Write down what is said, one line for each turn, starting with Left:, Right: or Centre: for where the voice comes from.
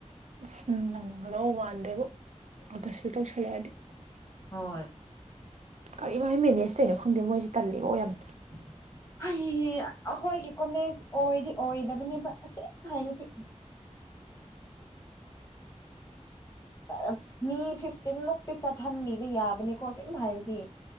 Right: ꯎꯁ ꯅꯪꯒꯗꯧꯕ ꯃꯥꯟꯗꯦꯕꯨ ꯑꯥꯒꯁꯁꯤꯦ ꯇꯧꯁꯜꯂꯛꯑꯗꯤ
Left: ꯍꯣꯏ
Right: ꯀꯔꯤꯝ ꯍꯥꯏ ꯃꯦꯅꯦꯖ ꯇꯩꯅꯅꯣ ꯈꯪꯗꯦ ꯃꯣꯏꯁꯦ ꯇꯜꯂꯤꯀꯣ ꯌꯥꯝꯅ
Left: ꯎꯝ ꯍ ꯑꯩꯈꯣꯏꯒꯤ ꯀꯣꯂꯦꯖ ꯑꯣꯏꯗꯤ ꯑꯣꯏꯗꯕꯅꯦꯕ ꯑꯁꯦꯡꯅ ꯍꯥꯏꯔꯗꯤ ꯀꯔ ꯃꯤ ꯐꯤꯐꯇꯤꯟꯃꯛꯇꯤ ꯆꯠꯍꯟꯕꯤꯕ ꯌꯥꯕꯅꯦꯀꯣ ꯁꯨꯝ ꯍꯥꯏꯔꯗꯤ